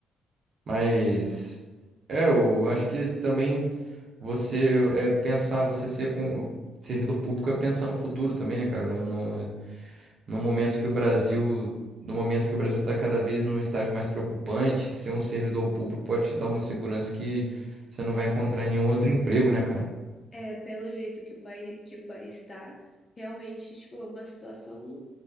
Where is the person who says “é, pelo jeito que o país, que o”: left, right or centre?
Left